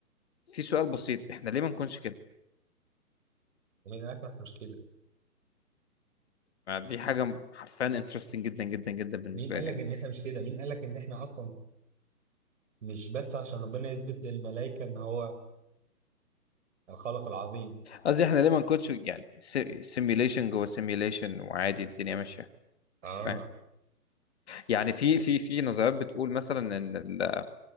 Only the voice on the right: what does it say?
مين قال لك إحنا مش كده
مين قال
لك
ان احنا مش كده مين قال لك ان احنا اصلا مش بس عشان ربنا يثبت للملائكه ان هو الخالق العظيم
اه